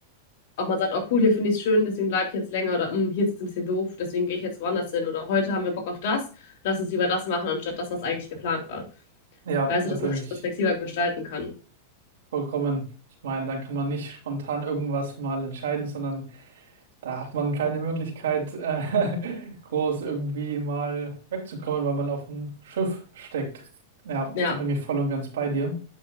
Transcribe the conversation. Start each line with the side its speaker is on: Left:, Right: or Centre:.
Left: auch mal sagt, oh cool, hier finde ich es schön, deswegen bleibe ich jetzt länger oder "Hm, hier ist es ein bisschen doof, deswegen gehe ich jetzt woanders hin oder heute haben wir Bock auf das, lass uns lieber das machen, anstatt das, was eigentlich geplant war.
Right: ja,
Left: Weißt
Right: da
Left: du, dass
Right: bin
Left: man
Right: ich
Left: das flexibler gestalten kann.
Right: vollkommen. Ich meine, dann kann man nicht spontan irgendwas mal entscheiden, sondern da hat man keine Möglichkeit, äh, <laughs> groß irgendwie mal wegzukommen, weil man auf dem Schiff steckt. Ja,
Left: Ja,
Right: da bin ich voll und ganz bei dir.